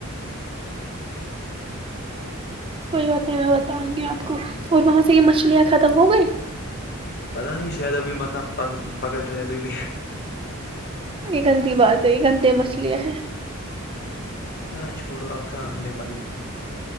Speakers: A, on the left; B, on the right.
A: جی
B: کوئی بات نہیں میں بتاؤں گی آپ کو اور وہاں سے یہ مچھلیاں ختم ہو گئی
A: پتا نہیں شاید ابھی مت نا پکڑ رہے ابھی بھی
B: یہ گندی بات ہے یہ گندے مسئلےہیں
A: ذرا چھوڑو اب کہاں ہم نے پکڑی